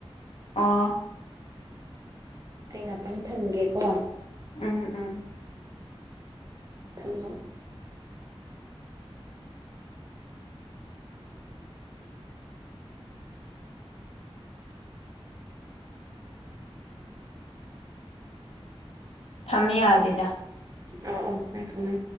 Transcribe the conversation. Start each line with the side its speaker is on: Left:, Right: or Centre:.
Left: ꯑꯣ
Right: ꯑꯩ ꯉꯥꯛꯇꯪ ꯊꯝꯒꯦꯀꯣ
Left: ꯎꯝ ꯎꯝ
Right: ꯊꯝꯃꯣ
Left: <inaudible> <inaudible> ꯊꯝ ꯌꯥꯗꯦꯗ
Right: ꯑꯣ ꯑꯣ ꯑꯩ ꯈꯪꯉꯦ